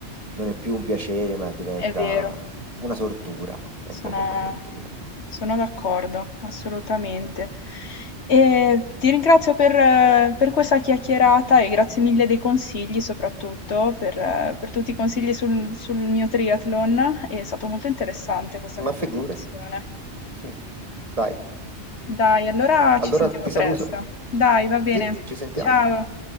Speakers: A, on the right; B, on the left.
A: non è più un piacere, ma diventa
B: è vero,
A: una tortura, è
B: sono,
A: proprio una tortura.
B: sono d'accordo, assolutamente. E ti ringrazio per, eh, per questa chiacchierata e grazie mille dei consigli, soprattutto per, eh, per tutti i consigli sul, sul mio triathlon, è stato molto interessante questa
A: Ma
B: conversazione.
A: figurati. <laughs> Dai,
B: Dai, allora
A: allora
B: ci sentiamo
A: ti
B: presto.
A: saluto.
B: Dai, va bene.
A: Ti, ci sentiamo.
B: Ciao.